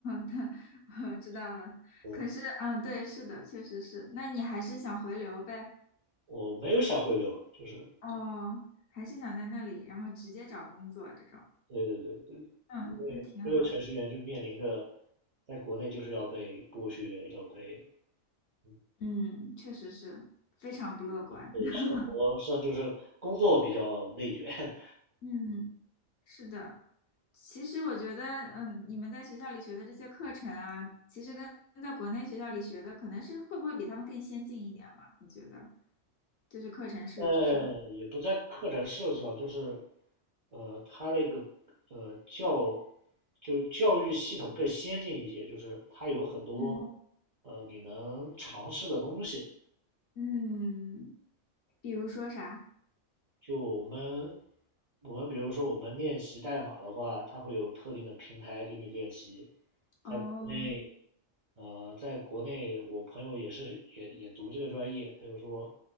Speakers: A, on the left (about 65°); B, on the right (about 40°).
A: <laughs> 对，我知道了。
B: <laughs> 嗯，
A: 可是，嗯，对，是的，确实是。那你还是想回流呗？
B: 我没有小回流，就是
A: 哦，还是想在那里，然后直接找工作这种。
B: 对对对对，
A: 嗯，
B: 因为因为程序员就面临着
A: 那挺好的。
B: 在国内就是要被剥削，要被嗯，
A: 嗯，确实是非常不乐观。
B: 对，
A: <laughs>
B: 生活上就是工作比较内卷，<laughs>
A: 嗯，是的。其实我觉得，嗯，你们在学校里学的这些课程啊，其实跟在国内学校里学的，可能是会不会比他们更先进一点嘛？你觉得？就是课程设置上，
B: 但也不在课程设置上，就是呃，他那个呃教就教育系统更先进一些，就是它有很多呃你能尝试的东西。
A: 嗯嗯，比如说啥？
B: 就我们我们比如说我们练习代码的话，它会有特定的平台给你练习。
A: 哦
B: 在国内，呃，在国内我朋友也是也也读这个专业，他就说